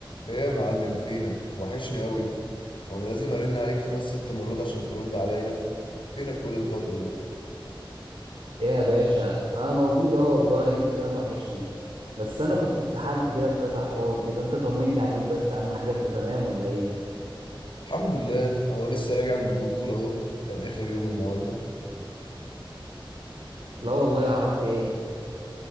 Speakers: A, on the left (about 65°); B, on the right (about 80°).
A: ايه يا معلم فينك وحشني قوي هو انا لازم ارن عليك خمس ست مرات عشان ترد عليا فينك كل الفترة دي
B: ايه يا باشا اه موجود اهو والله انت كمان وحشني بس انا كنت اتسحلت كده في كذا حوار كده انت طمني عليك بس اهم حاجة انت تمام ولا ايه
A: الحمد لله اهو لسه راجع من البطولة اهو كان اخر يوم النهاردة
B: لا والله عملت ايه